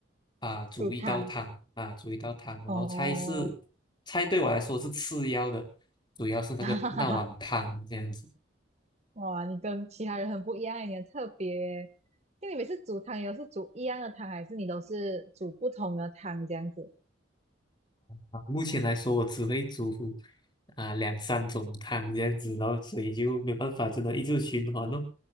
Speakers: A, on the left; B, on the right.
A: 啊煮一道汤啊煮一道汤，
B: 煮汤。
A: 然后菜是
B: 哦，
A: 菜对我来说是次要的，主要是那个那碗汤这样子
B: <laughs> 哈哈哈，哇，你跟其他人很不一样，你很特别。就你每次煮汤，也都是煮一样的汤，还是你都是煮不同的汤这样子？
A: 啊。目前来说，我只会煮啊两三种汤这样子，然后所以就没办法，真的一直循环咯。